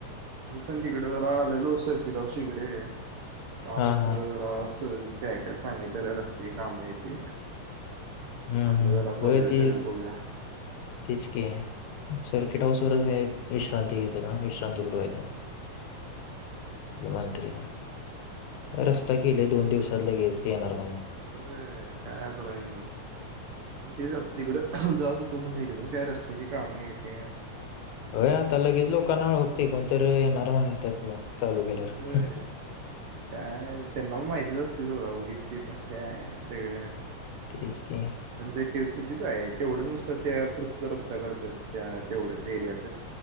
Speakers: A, on the right; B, on the left.
A: मी पण इकडं जरा आलेलो सर्किट हाऊसच्या इकडे काम
B: हा
A: होतं
B: हा
A: ‌ <inaudible> काय काय सांगितल्या रस्ते. कामे तेन.
B: हम्म
A: म्हणलं
B: हम्म
A: जरा
B: होय
A: करुया
B: ते
A: सगळ बघुया.
B: तेच की. सर्किट हाऊस वरच विश्रांती घेत ना वि <inaudible> श्रांतीगृह <inaudible> आहे त्यांचं. मंत्री. रस्ता केले दोन दिवसात लगेच येणार म्हणून.
A: होय. काय बघा की. ते जात तिकडं जात होतो म्हणे एकदम काय रस्त्याची काम हे ते.
B: होय आता लगेच लोकाना वळकतय कोणतरी येणार म्हणतात मग चालू केेल्यावर.
A: होय काय त्यांना पण माहितीच असते सोडा. उगीच ती पण काय सगळं
B: तेच की.
A: म्हणज ते चुकीचं आहे. तेवढं नुसतं त्या पुढचं रस्ता करत्यात त्या तेवढंच एरियाच.